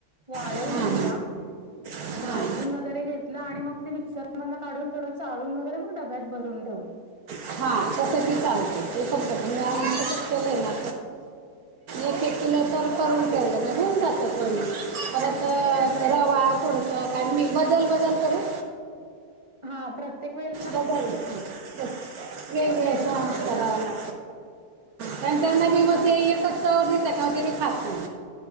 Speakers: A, on the right; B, on the right.
A: वाळवली
B: हां
A: तिला.
B: हां
A: मग भाजून
B: हां
A: वगैरे घेतलं आणि मग ते मिक्सर मध काढून थोडं चाळून वगैरे मंग डब्यात भरून ठेवली.
B: हा तसं की चालत ते पण आम्ही तसंच केलंय ना. एक एक किलो तर करून ठेवलं हून जातात पोरी परत रवा थोडंसं काय मी बदल बदल करून.
A: हा प्रत्येक वेळ
B: बदल ब <unintelligible> हग
A: द्यायचं
B: हातराला
A: खायला
B: त्यांच्यामध्ये मग ते एकच चव दिसला का मंग ते मी खात नाही.